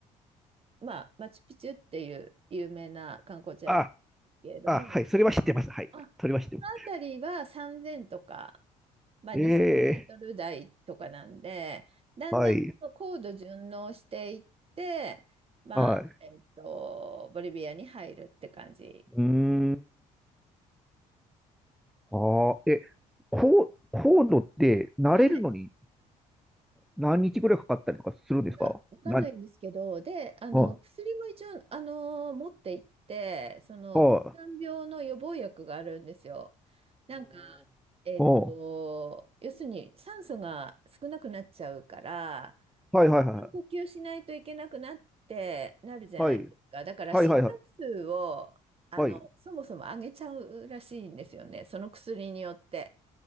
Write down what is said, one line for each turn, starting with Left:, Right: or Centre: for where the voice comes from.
Right: ーまあ、マチュピチュっていう有名な観光地あるんですけれども、
Centre: ああ、はい。それは知ってます。はい。
Right: あ、<laughs> こ
Centre: それは知ってます。
Right: の辺りは3000とか、まあ、
Centre: ええ
Right: 2000メートル台とかなんで、だんだんと高度順応していって、
Centre: はい。
Right: まあ、
Centre: はい。
Right: えっと、ボリビアに入るって感じ。
Centre: うーん。ああ、え、コー、コードって慣れるのに
Right: はい。
Centre: 何日ぐらいかかったりとかするんですかな、
Right: いや、わかんないんですけど、
Centre: はい、
Right: で、あの、
Centre: はい、
Right: 薬も一応、あの、持って行って、その、
Centre: は
Right: 抗がん病の予防薬があるんですよ。なんか、えっと、
Centre: あ、は
Right: 要するに酸素が少なくなっちゃうから、
Centre: あ、はい、
Right: たくさん呼吸しないといけなくなってなるじゃないですか。
Centre: はい、はい、はい、
Right: だから心拍数を
Centre: はい、はい、はい、はい。
Right: そもそも上げちゃうらしいんですよね、その薬によって。